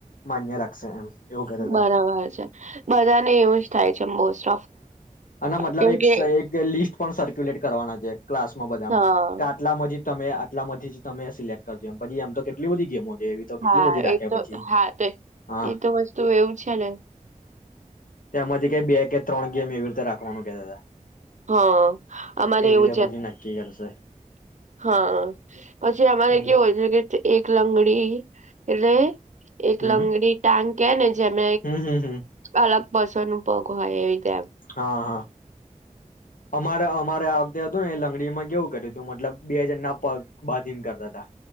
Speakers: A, on the left; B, on the right.
A: માન્ય રાખશે એમ એવું કેતા હતા
B: બરાબર છે બધાને એવું જ થાય છે મોસ્ટ ઓફ.
A: ના મતલબ
B: કેમ
A: એક
B: કે
A: લિસ્ટ પણ સર્ક્યુલેટ કરવાના છે. ક્લાસ માં બધામાં
B: હા
A: કાટલા મજીદ તમે આટલામાંધથી જ તમે સિલેક્ટ કરજો એમ પછી એમ તો કેટલી બધી ગેમો છે. એવી તો કેટલી
B: હા
A: બધી રાખે
B: એ તો
A: પછી
B: હા
A: હા
B: એતો વસ્તુ એવું છે ને
A: તેમાંથી કઈ બે કે ત્રણ ગેમ એવી રીતે રાખવાનું કતા હતા.
B: હા અમારે
A: એ
B: એવું
A: રીતે
B: છે
A: પછી નક્કી કરશે
B: હા પછી અમારે
A: હમ
B: કેવું હોય છે કે એક લંગડી પડી એટલે એક
A: હમ
B: લંગડી ટાંકી કેને જેમ
A: હમ હમ હમ
B: અલગ બસ અનું પગ હોય એવી એમ
A: હા હા. અમારે અમારે વખતે હતું ને એ લંગડીમાં કેવું કર્યું હતું મતલબ બે હજાર ના પગ બાંધીને કરતા હતા.